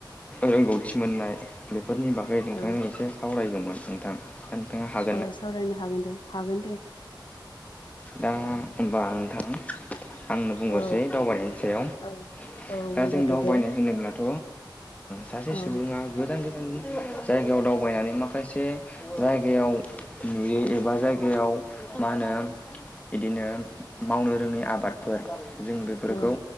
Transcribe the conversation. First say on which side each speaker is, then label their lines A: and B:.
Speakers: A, on the left (about 15°); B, on the left (about 75°).
A: रोंगौथि मोननाय बेफोरनि बागै नोंथांजों
B: औ
A: एसे सावरायगोमोन नोंथां दा नोंथाङा हाग
B: अ सावरायनो हागोन दे हागोन दे
A: दां होनबा नोंथां आंनो बुंहरसै
B: औ
A: दावबायनायनि सायाव
B: औ
A: दा
B: बुंग्रोदो
A: जों दावबायनाय
B: दे
A: होनोब्लाथ' सासे
B: औ
A: सुबुङा गोदान गोदान जायगायाव दावबायनानै माखासे जायगायाव नुयो एबा जायगायाव मा होनो बिदिनो मावनो रोङै आबादफोर जों बेफोरखौ
B: औ